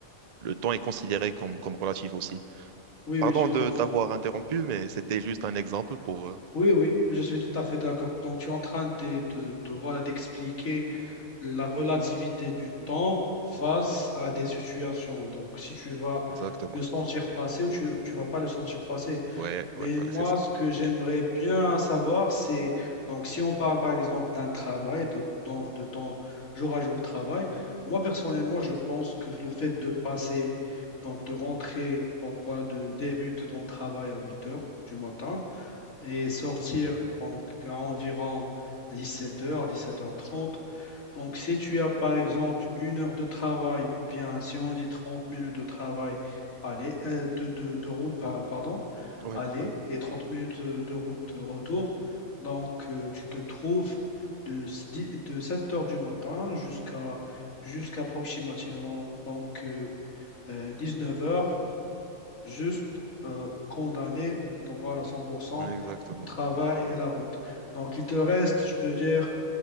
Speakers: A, on the right; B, on the left.
A: le temps est considéré comme, comme relatif aussi.
B: oui,
A: Pardon
B: oui, je comprends.
A: de t'avoir interrompu, mais c'était juste un exemple pour. euh,
B: Oui, oui, je suis tout à fait d'accord. Donc, tu es en train de, de, de, voilà, d'expliquer la relativité du temps face à des situations. Donc, si tu vas
A: Exactement.
B: le sentir passer ou tu ne vas pas le sentir passer.
A: Ouais,
B: Mais
A: ouais, ouais,
B: moi,
A: c'est ça.
B: ce que j'aimerais bien savoir, c'est, donc si on parle par exemple d'un travail, de ton, de ton jour à jour travail, moi personnellement, je pense que le fait de passer, donc de rentrer, donc voilà, de débuter ton travail à 8 heures du matin, et sortir donc à environ 17h, 17h30. Donc si tu as par exemple une heure de travail ou bien si on dit 30 minutes de travail, aller, euh, de, de, de route, pa- pardon,
A: Ouais,
B: aller
A: ouais,
B: et 30 minutes euh, de route euh, retour, donc euh, tu te trouves de, s- dix- de 7h du matin jusqu'à jusqu'à approximativement donc 19h juste euh, condamné, donc voilà, 100%
A: ouais, exactement,
B: au travail
A: exactement.
B: et la route. Donc il te reste, je peux dire,